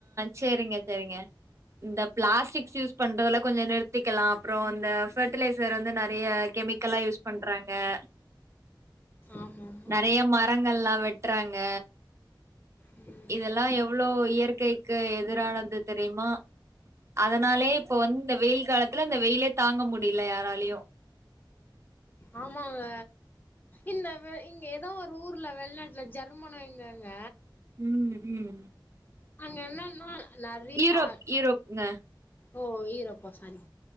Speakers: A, on the right; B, on the left.
A: சேரிங்க சேரிங்க இந்த பிளாஸ்டிக்ஸ் யூஸ் பண்றதுல கொஞ்ச நிறுத்திக்கலாம் அப்றோ இந்த ஃபர்டிலைசர் வந்து நெறைய கெமிக்கலா யூஸ் பண்றாங்க ந
B: ஆமா ஆமா
A: நெறைய மரங்கள்லா வெட்டறாங்க
B: ம்
A: இதெல்லா எவ்ளோ இயற்கைக்கு எதிரானது தெரியுமா அதனாலயே இப்ப வந்து இந்த வெயில் காலத்துல இந்த வெயிலே தாங்க முடியல யாராலயு
B: ஆமாங்க இந்த இங்க ஏதோ ஒரு ஊர்ல வெளிநாட்டுல ஜர் மணோ இங்கங்க
A: ம் ம்
B: அங்க என்னன்ன நெறையா
A: யூரோப் யூரோப்ங்க
B: ஓ ஈரப்பா சாரி